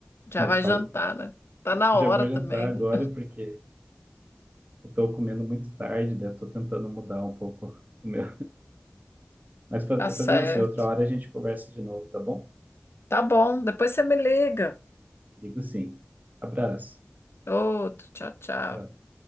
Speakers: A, on the left; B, on the right.
A: Já
B: Mas
A: vai
B: faz...
A: jantar, né? Tá na
B: já
A: hora
B: vou jantar
A: também.
B: agora porque eu tô comendo muito tarde, né? Eu tô tentando mudar um pouco o meu. Mas fa-
A: Tá certo.
B: fazendo assim, outra hora a gente conversa de novo, tá bom?
A: Tá bom, depois você me liga.
B: Digo sim. Abraço.
A: Outro, tchau, tchau.
B: Tchau.